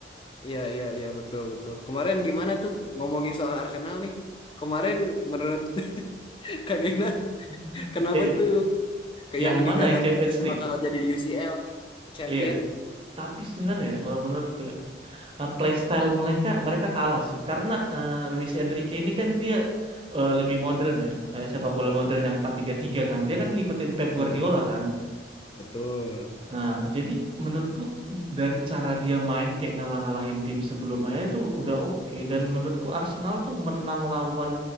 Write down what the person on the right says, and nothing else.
<laughs>
Eh,
yang
mana yang Champions League?
Iya, tapi sebenarnya kalau menurutku ya eh, playstyle mereka mereka kalah sih karena eh, Luis Enrique ini kan dia eh, lebih modern ya, eh, sepak bola modern yang empat tiga tiga kan. Dia kan ngikutin Pep Guardiola
kan.
Nah, jadi menurutku dari cara dia main kayak ngalah-ngalahin tim sebelumnya itu udah oke dan menurutku Arsenal tuh menang lawan